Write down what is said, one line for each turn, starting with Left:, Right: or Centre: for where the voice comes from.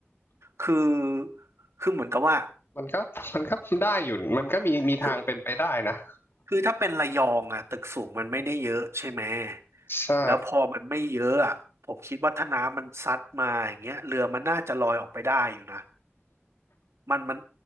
Right: คือคือเหมือนกับว่า
Left: มันก็มันก็ได้อยู่มันก็มีมีทางเป็นไปได้นะ
Right: คือคือถ้าเป็นระยองอะตึกสูงมันไม่ได้เยอะใช่ไหม
Left: ใช่
Right: แล้วพอมันไม่เยอะอะผมคิดว่าถ้าน้ำมันซัดมาอย่างเงี้ยเรือมันน่าจะลอยออกไปได้อยู่นะมันมัน